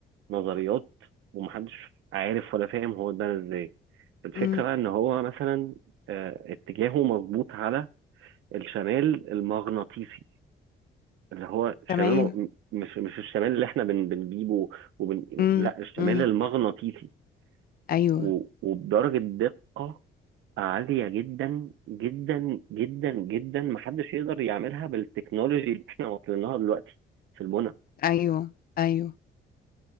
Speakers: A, on the right (about 85°); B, on the left (about 50°).
A: نظريات ومحدش عارف ولا فاهم هو اتبنى ازاي الفكره
B: امم
A: بقى ان هو مثلا آه، اتجاهه مظبوط على الشمال المغناطيسي اللي هو
B: تمام
A: شمال مغ... مش مش الشمال اللي احنا بن... بنجيبه وبن...
B: امم
A: لا الشمال
B: امم
A: المغناطيسي
B: أيوه
A: و... وبدرجة دقة عالية جدا جدا جدا جدا محدش يقدر يعملها بالتكنولوجي اللي احنا واصلين لها دلوقتي في البنى
B: أيوه أيوه